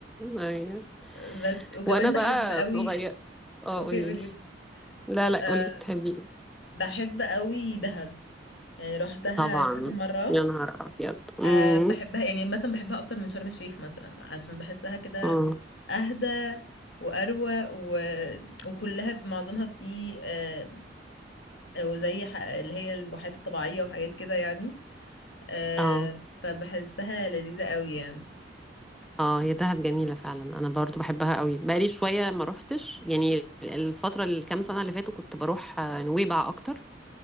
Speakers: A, in the centre; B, on the left.
A: ايوه
B: بس وكمان
A: وانا بقى
B: بحب قوي
A: صغير اه
B: اوكي
A: قولي
B: قولي
A: لي
B: قولي
A: لا لا
B: أه
A: قولي لي بتحبي
B: بحب قوي دهب يعني روحتها
A: طبعا
B: كذا مرة
A: يا نهار ابيض امم
B: أه بحبها يعني مثلا بحبها اكتر من شرم الشيخ مثلا عشان بحسها كده
A: امم
B: اهدى واروق و... وكلها في معظمها في أه أو زي ح... اللي هي الواحات الطبيعيه وحاجات كده يعني أه
A: اه
B: فبحسها لذيذه قوي يعني
A: اه هي دهب جميلة فعلا انا برضو بحبها قوي بقالي شوية ما روحتش يعني الفترة الكام سنة اللي فاتوا كنت بروح آه، نويبع اكتر